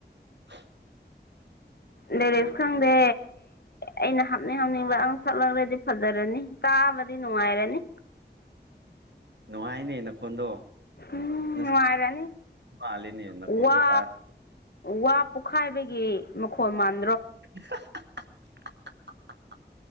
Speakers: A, on the right (about 70°); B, on the left (about 65°).
A: <unintelligible>
B: ꯂꯥꯏꯔꯤꯛꯁ ꯈꯪꯗꯦ ꯑꯩꯅ ꯍꯥꯞꯅꯤꯡ ꯍꯥꯞꯅꯤꯡꯕ ꯑꯪ ꯁꯛꯂ꯭ꯔꯗꯤ ꯐꯖꯔꯅꯤ ꯇꯥꯕꯗ ꯅꯨꯡꯉꯥꯏꯔꯅꯤ
A: ꯅꯨꯡꯉꯥꯏꯅꯦ ꯅꯈꯣꯟꯗꯣ
B: ꯎꯝ
A: ꯅꯁꯤ
B: ꯅꯨꯡꯉꯥꯏꯔꯅꯤ
A: ꯑꯂꯤꯅꯤꯅ
B: ꯋꯥ
A: ꯐꯣꯟꯣꯟ <inaudible>
B: ꯋꯥ ꯄꯣꯛꯈꯥꯏꯕꯒꯤ ꯃꯈꯣꯟ ꯃꯥꯟ
A: <unintelligible>